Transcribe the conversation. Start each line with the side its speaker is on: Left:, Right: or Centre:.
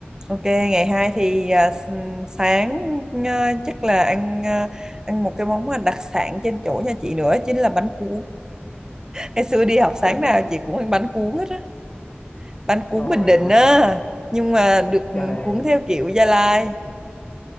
Right: ok ngày hai thì à, s- sáng à, chắc là ăn à, ăn một cái món mà đặc sản trên chỗ nhà chị nữa chính là bánh cuốn ngày xưa đi học sáng
Left: bánh
Right: nào
Left: cu-
Right: chị cũng ăn bánh cuốn hết á bánh cuốn
Left: trời
Right: Bình Định
Left: ơi
Right: á nhưng mà được
Left: trời
Right: cuốn theo kiểu Gia Lai